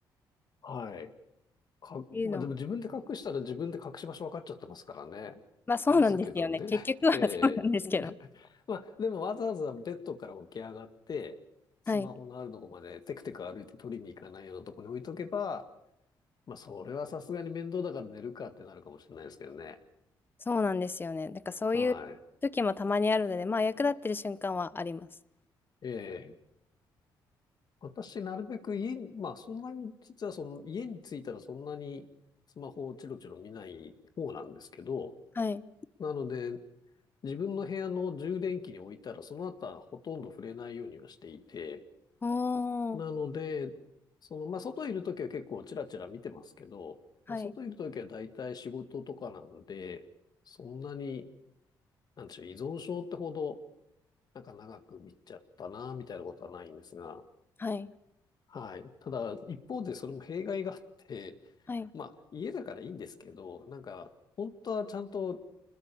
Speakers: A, on the left; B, on the left.
A: はい。か、
B: っていうのも、
A: まあ、でも自分で隠したら自分で隠し場所分かっちゃってますからね。
B: まあそうなんですよね。
A: ですけどね。
B: 結局は
A: <laughs> ええ。
B: <laughs> そうなんですけど。
A: <laughs> まあ、でもわざわざベッドから起き上がって、スマホのあるとこまでテクテク歩いて取りに行かないようなとこに置いとけば、
B: はい。
A: まあ、それはさすがに面倒だから寝るかってなるかもしれないですけどね。
B: そうなんですよね。なんかそういう時もたまにあるので、
A: はい。
B: まあ役立ってる瞬間はあります。
A: ええ。私、なるべく家に、まあ、そんなに、実はその、家に着いたらそんなにスマホをチロチロ見ない方なんですけど、
B: はい。
A: なので、自分の部屋の充電器に置いたら、その後はほとんど触れないようにはしていて、
B: おー。
A: なので、その、まあ、外いるときは結構チラチラ見てますけど、
B: はい。
A: まあ、外いるときは大体仕事とかなんで、そんなに、なんでしょう、依存症ってほど、なんか長く見ちゃったな、みたいなことはないんですが、
B: はい。
A: はい。ただ、一方でそれも弊害があって、
B: はい。
A: まあ、家だからいいんですけど、なんか、本当はちゃんと